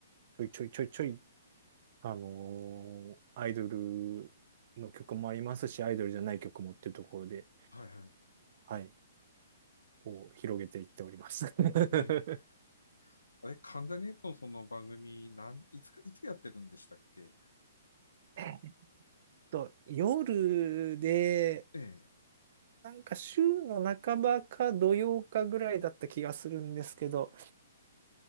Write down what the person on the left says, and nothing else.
はい、はい。
<laughs> あれ、関ジャニ∞のその番組、なん、いつか、いつやってるんでしたっけ
ええ。